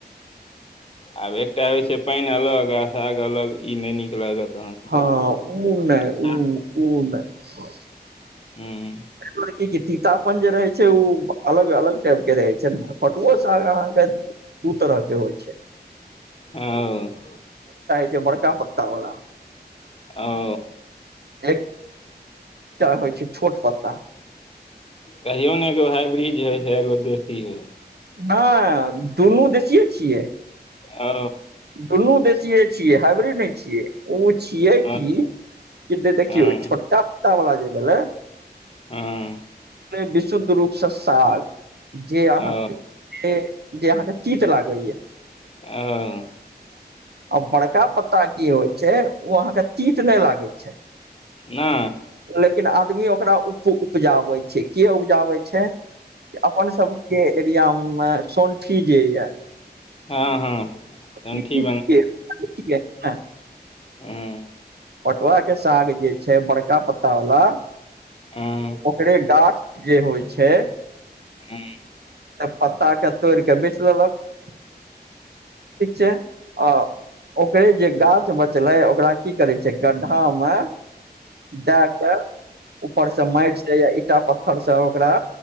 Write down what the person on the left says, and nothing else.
आब एकटा होइ छै पाइन अलग आ साग अलग ई नहि नीक लागत अहाँके
अच्छा,
हूँ
ओ
ओ
कहियो ने एगो हाइब्रिज होइ छै एगो देशी होइ
ओ
ओ,
हँ
हूँ
ओ
ओ
नै
हँ हँ
ठण्ठी ह्म्
हँ
हँ